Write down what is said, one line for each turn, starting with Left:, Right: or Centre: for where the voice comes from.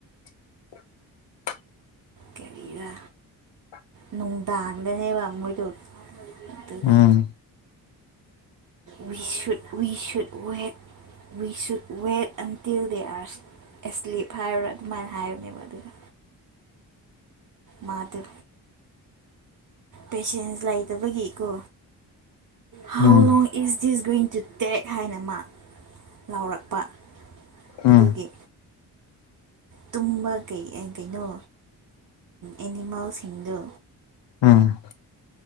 Left: <inaudible>
Right: ꯀꯔꯤꯔꯥ ꯅꯨꯡꯗꯥꯡꯗꯅꯦꯕ ꯃꯣꯏꯗꯣ ꯑꯗꯨꯒ
Left: ꯎꯝ
Right: we should we should wait we should wait until they are asleep ꯍꯥꯏꯔꯨꯔꯥ ꯑꯗꯨꯃꯥꯏꯅ ꯍꯥꯏꯕꯅꯦꯕ ꯑꯗꯨꯒ
Left: <inaudible>
Right: ꯃꯥꯗꯣ ꯄꯦꯁꯦꯟꯁ ꯂꯩꯇꯕꯒꯤꯀꯣ how
Left: um
Right: long is this green to take ꯍꯥꯏꯅ ꯃꯤ ꯂꯥꯎꯔꯛꯄ
Left: ꯎꯝ
Right: ꯑꯗꯨꯒꯤ ꯇꯨꯝꯕ ꯀꯩ ꯑꯦ ꯀꯩꯅꯣ ꯑꯦꯅꯤꯃꯦꯜꯁꯤꯡꯗꯣ
Left: ꯎꯝ